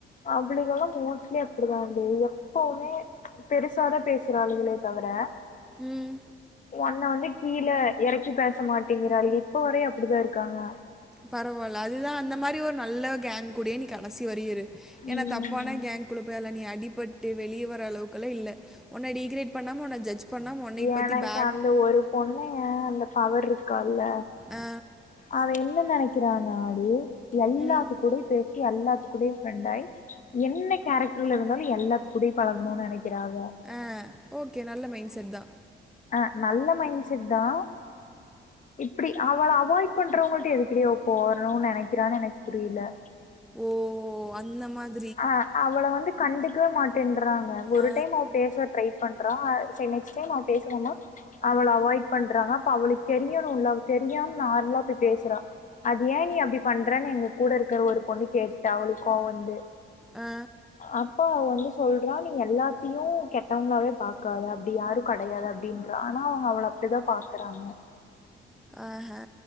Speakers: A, on the left; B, in the centre.
A: அவளுகளெல்லா மோஸ்ட்லி அப்படிதாண்டி எப்பவுமே பெருசாதா பேசுறாலுங்கலே தவர
B: ம்
A: உன்ன வந்து கீழே எறக்கி பேச மாட்டேங்கிறாள்க இப்ப வரையு அப்படிதா இருக்காங்க
B: பரவால்ல அதுதா அந்த மாரி ஒரு நல்ல கேங் கூட நீ கடைசி வரையு இரு ஏன்னா
A: ம்
B: தப்பான கேங் உள்ள போய்லா நீ அடிபட்டு வெளிய வர அளவுக்குலா இல்ல உன்ன டீக்ரேட் பண்ணாம உன்ன ஜட்ஜ் பண்ணாம, உன்னைய
A: எனக்கு
B: பத்தி பேக்
A: அந்த ஒரு பொண்ணு அந்த பவர் இருக்கால்ல
B: ஆ,
A: அவ என்ன நினைக்கிறன்னாடி எல்லாத்து
B: ம்,
A: கூடயு பேச எல்லாத்து கூட ஃபிரெண்ட் ஆகி என்ன கேரக்டர்ல இருந்தாலு எல்லாத்து கூட பழகணுனு நெனைக்கிறா அவ
B: ஆ ஓகே நல்ல மைண்ட் செட் தா
A: ஆ நல்ல மைண்ட் செட் தா இப்படி அவள அவாய்ட் பண்றவங்கள்ட்ட எதுக்கு டி அவ போறணுன் நெனைக்கிறான் எனக்கு புரில
B: ஓ அந்த மாதி
A: ஆ அவள வந்து கண்டுக்கவே மாட்டேன்றாங்க ஒரு
B: ஆ,
A: டைம் அவ பேச ட்ரை பண்றா சென்னை சே நா பேசுவ மா அவள அவாய்ட் பண்றாங்க அப்ப அவுளுக்கு தெரியணுல அவ தெரியாம நார்மலா போய் பேசுறா அது ஏ நீ அப்டி பண்றனு எங்க கூடருக்கிற ஒரு பொண்ணு கேட்டா அவளுக் கோவ வந்து
B: ஆ,
A: அப்ப அவ வந்து சொல்றா நீ எல்லாத்தையு கெட்டவங்களாவே பாக்காத அப்டி யாரு கெடயாது அப் அப்டின்றா ஆனா அவுங்க அவள அப்டிதா பாக்குறாங்க
B: ஆஹா